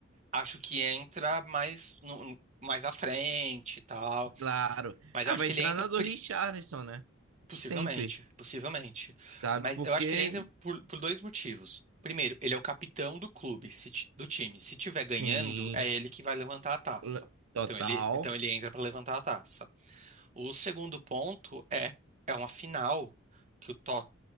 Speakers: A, on the right; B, on the right.
A: Acho que entra mais, no- mais à frente e tal.
B: Claro.
A: Mas
B: Ah,
A: eu acho
B: vai
A: que
B: entrar
A: ele entra.
B: na do
A: pri-
B: Richarlison, né?
A: Possivelmente,
B: Sempre,
A: possivelmente.
B: sabe?
A: Mas
B: Porque,
A: eu acho que ele entra por, por dois motivos. Primeiro, ele é o capitão do clube, se ti- do time. Se tiver ganhando,
B: sim,
A: é ele que vai levantar a taça.
B: l- total.
A: Então ele, então ele entra para levantar a taça. O segundo ponto é, é uma final que o Tot,